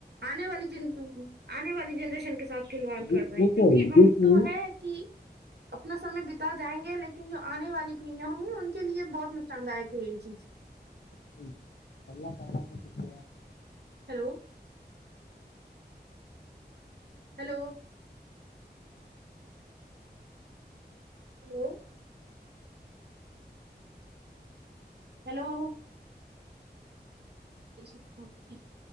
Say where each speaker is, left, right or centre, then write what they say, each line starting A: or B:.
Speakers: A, on the right; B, on the left.
A: آنے والی جن آنے والی جنریشن کے ساتھ کھلواڑ
B: وہ
A: کر رہے
B: وہ
A: ہیں کیونکہ
B: تو ہے
A: ہم
B: دیکھیے
A: تو ہے کہ اپنا سمے بتا جائیں گے لیکن جو آنے والی پڑئیاں ہوں گی ان کے لیے بہت نقصان دائک ہے یہ چیز
B: <inaudible>
A: ہیلو ہیلو ہیلو ہیلو چپوالی <unintelligible>